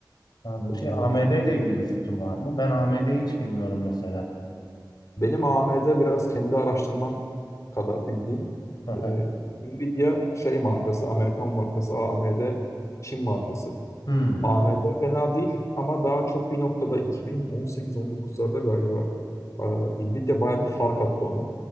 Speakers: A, on the left; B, on the left.
A: Anladım.
B: Onlar
A: Şey AMD ile ilgili bir fikrim var mı? Ben AMD'yi hiç bilmiyorum mesela.
B: Benim AMD biraz kendi araştırmam kadar bildiğim.
A: Hı hı.
B: Ee, Nvidia şey markası, Amerikan markası, AMD Çin markası.
A: Hı,
B: AMD fena değil ama daha çok bir noktada 2018-19'larda galiba e, Nvidia bayağı bir fark attı ona.